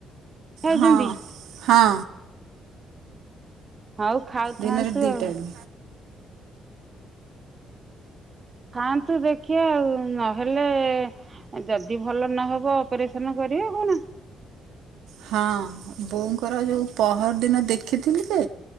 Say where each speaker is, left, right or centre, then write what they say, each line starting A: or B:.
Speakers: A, on the right; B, on the right.
A: ଖାଉଛନ୍ତି
B: ହଁ ହଁ।
A: ଆଉ ଖାଉଥାନ୍ତୁ
B: ଦିନରେ ଦି
A: ଆଉ।
B: ଟାଇମ୍
A: ଖାଆନ୍ତୁ ଦେଖିବା ଆଉ ନହେଲେ ଯଦି ଭଲ ନହେବ ଅପରେସନ୍ କରିବା କଣ?
B: ହଁ ବୋଉଙ୍କର ଯୋଉ ପହର ଦିନ ଦେଖିଥିଲି ଯେ